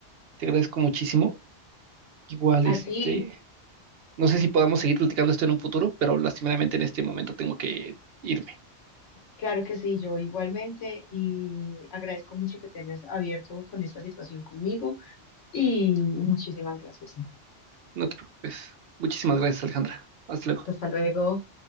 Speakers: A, on the right (about 65°); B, on the left (about 80°).
A: Te agradezco muchísimo. Igual,
B: A
A: este,
B: ti,
A: no sé si podamos seguir platicando esto en un futuro, pero lastimeramente en este momento tengo que irme.
B: claro que sí, yo igualmente y agradezco mucho que te hayas abierto con esta situación conmigo y muchísimas gracias.
A: No te preocupes. Muchísimas gracias, Alejandra. Hasta luego.
B: Hasta luego.